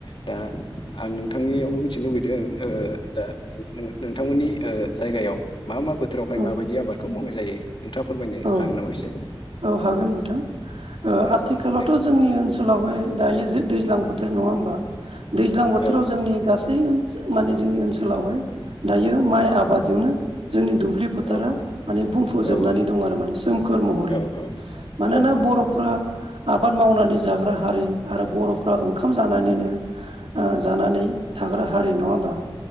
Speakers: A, on the left; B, on the right.
A: दा आं नोंथांनियावबो मिथिनो लुबैदों ओ दा नोंथांमोननि ओ जायगायाव मा मा बोथोरावहाय
B: औ
A: माबायदि आबादखौ मावनाय जायो। नोंथाङा फोरमायनो
B: औ
A: हागोन नामा एसे?
B: औ हागोन नोंथां
A: औ
B: आथिखालावथ'
A: औ दे
B: जोंनि ओनसोलावहाय दायो जों दैज्लां बोथोर नङा होमबा दैज्लां बोथोराव
A: औ
B: जोंनि
A: औ
B: गासै माने जोंनि ओनसोलावहाय दायो माइ आबादजोंनो जोंनि दुब्लि फोथारा
A: औ औ
B: माने बुंफुजोबनानै
A: औ
B: दं आरो माने सोमखोर महरै।
A: औ
B: मानोना
A: औ औ
B: बर'फ्रा आबाद मावनानै जाग्रा हारि आरो बर'फ्रा ओंखाम जानानैनो जानानै थाग्रा हारि नङा होनबा।